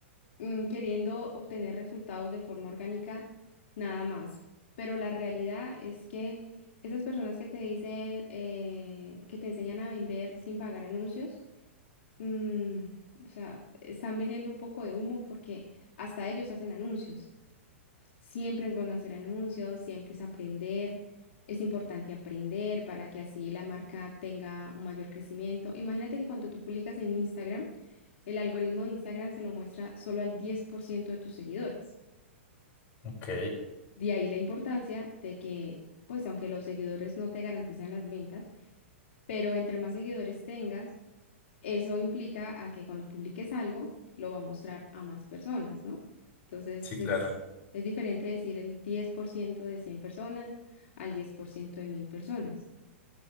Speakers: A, on the left; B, on the left.
A: Mm, queriendo obtener resultados de forma orgánica, nada más. Pero la realidad es que esas personas que te dicen, eh, que te enseñan a vender sin pagar anuncios, mm, o sea, están vendiendo un poco de humo porque hasta ellos hacen anuncios. Siempre es bueno hacer anuncios, siempre es aprender. Es importante aprender para que así la marca tenga un mayor crecimiento. Imagínate que cuando tú publicas en Instagram, el algoritmo de Instagram se lo muestra solo al 10% de tus seguidores.
B: Ok.
A: De ahí la importancia de que, pues aunque los seguidores no te garantizan las ventas, pero entre más seguidores tengas, Eso implica a que cuando publiques algo, lo va a mostrar a más personas, ¿no? Entonces
B: Sí, claro.
A: es, es diferente decir el 10% de 100 personas al 10% de 1000 personas.